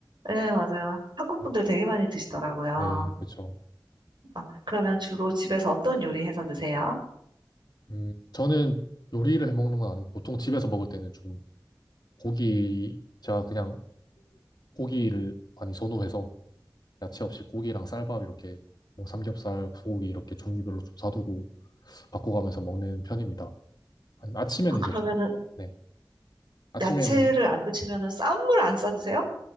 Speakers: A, on the right; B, on the left.
A: 네, 맞아요. 한국
B: 어.
A: 분들 되게 많이 드시더라고요.
B: 네, 그렇죠.
A: 아, 그러면 주로 집에서 어떤 요리 해서 드세요?
B: 음, 저는 요리를 해 먹는 건 아니고 보통 집에서 먹을 때는 좀 고기, 제가 그냥 고기를 많이 선호해서 야채 없이 고기랑 쌀밥 이렇게 뭐 삼겹살, 소고기 이렇게 종류별로 좀 사두고 바꿔가면서 먹는 편입니다. 아니, 아침에는
A: 아,
B: 이제
A: 그러면은
B: 좀, 네. 아침에는,
A: 야채를 안 드시면은 쌈을 안 싸 드세요?